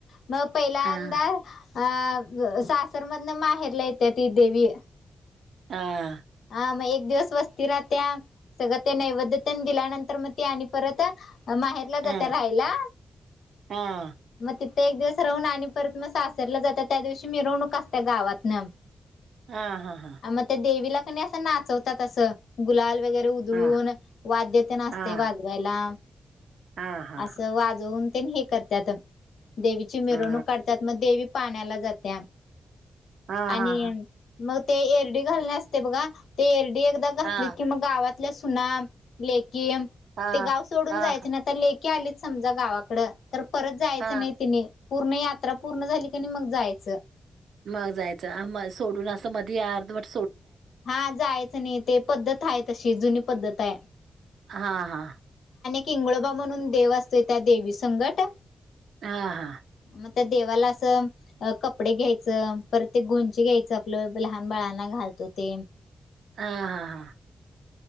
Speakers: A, on the left (about 80°); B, on the right (about 85°).
A: मग पहिल्यांदा
B: हां.
A: अ सासरमधन माहेरला येते ती देवी
B: हा
A: ह मग एक दिवस वस्ती राह त्या सगळ्या त्या नैवद्यतेने दिल्यानंतर मग ते आणि परत माहेरला
B: हां.
A: जाते राहायला
B: हां.
A: मग ति एक दिवस राहून आणि परत मग सासरला जातात त्या दिवशी मिरवणूक असत गावातन
B: हा हा हा
A: मग त्या देवीला कणी असं नाचवतात असं गुलाल वगैरे उधळून
B: हा
A: वाद्य ते नासते
B: हा
A: वाजवायला
B: हा हा
A: असं
B: हा
A: वाजवून हे करतात देवीची
B: हा
A: मिरवणूक
B: हा
A: काढतात मग देवी पाण्याला जात्या
B: हा
A: आणि
B: हा
A: मग ते एरडी घालणे असते बघा ते एरडी एकदा घातली
B: हा
A: की मग गावातल्या सुना ले कि
B: हा
A: ते गाव सोडून
B: हा
A: जायचं
B: हा
A: ना आता लेकीी आलीच समजा गावाकडं तर परत जायचं
B: हा
A: नाही तिने पूर्ण यात्रा पूर्ण झाली क नाही मग जायचं
B: मग जायचं म सोडून अस मध्ये अर्ध वट
A: हा जायचं नाही ते पद्धत आहे तशी जुनी पद्धत आहे
B: हा हा
A: किंगोबा म्हणून देव असतोय त्या देवी संघट
B: हा हा
A: मग त्या देवाला असं कपडे घ्यायचं परत ते गुंची घ्यायचं आपलं लहान बाळांना घालतो तीन
B: हा हा हा